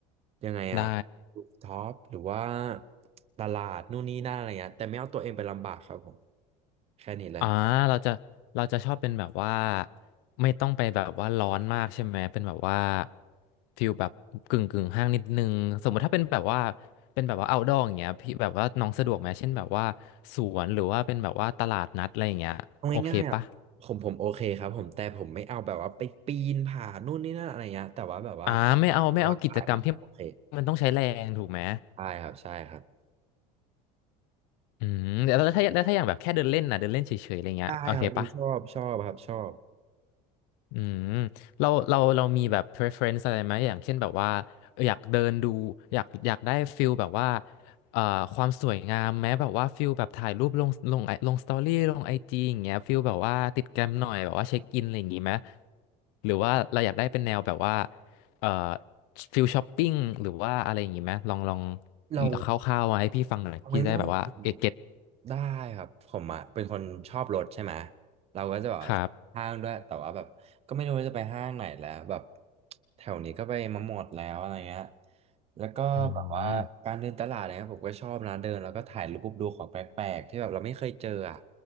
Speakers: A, on the right; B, on the left.
A: ยังไงอะ
B: ได้
A: รูฟท็อปหรือว่าตลาดนู่นนี่นั่นอะไรเงี้ยแต่ไม่เอาตัวเองไปลำบากครับผมแค่นี้เลย
B: อ่าเราจะเราจะชอบเป็นแบบว่าไม่ต้องไปแบบว่าร้อนมากใช่ไหมเป็นแบบว่าฟิลแบบกึ่งกึ่งห้างนิดนึงสมมติถ้าเป็นแบบว่าเป็นแบบว่า outdoor อย่างเงี้ยพี่แบบว่าน้องสะดวกไหมเช่นแบบว่าสวนหรือว่าเป็นแบบว่าตลาดนัดอะไรอย่างเงี้ยโอเคปะ
A: เอาง่ายๆอ่ะผมผมโอเคครับผมแต่ผมไม่เอาแบบว่าไปปีนผานู่นนี่นั่นอะไรเงี้ยแต่ว่าแบบว่า
B: อ่าไม่เอาไม่เอากิจกรรมที่
A: นอนได้นะครับโอเค
B: มันต้องใช้แรงถูกไหม
A: ได้ครับใช่ครับ
B: อืมแล้วถ้าแล้วถ้าอย่างแบบแค่เดินเล่นนะเดินเล่นเฉยๆอะไรเงี้ยโอเคปะ
A: ได้ครับอันนี้ชอบชอบครับชอบ
B: อืมเราเราเรามีแบบ preference อะไรไหมอย่างเช่นแบบว่าเอออยากเดินดูอยากอยากได้ฟิลแบบว่าเอ่อความสวยงามแม้แบบว่าฟิลแบบถ่ายรูปลงลงไอลงสตอรี่ลงไอจีอย่างเงี้ยฟิลแบบว่าติดแกรมหน่อยแบบว่าเช็คอินอะไรอย่างงี้ไหมหรือว่าเราอยากได้เป็นแนวแบบว่าเอ่อฟิลช้อปปิ้งหรือว่าอะไรอย่างงี้ไหมลองลอง
A: เรา
B: คร่าวๆมาให้พี่ฟังหน่อยพี่จะได้แบบว่าเกตเก็ต
A: เอาง่ายๆคือได้ครับผมอ่ะเป็นคนชอบรถใช่ไหมเราก็จะแบบว่าชอบห้างด้วยแต่ว่าแบบก็ไม่รู้ว่าจะไปห้างไหนแล้วแบบ
B: ครับ
A: แถวนี้ก็ไปมาหมดแล้วอะไรเงี้ยแล้วก็แบบว่าการเดินตลาดอะไรเงี้ยผมก็ชอบนะเดินแล้วก็ถ่ายรูปดูของแปลกๆที่แบบเราไม่เคยเจออ่ะ
B: อืม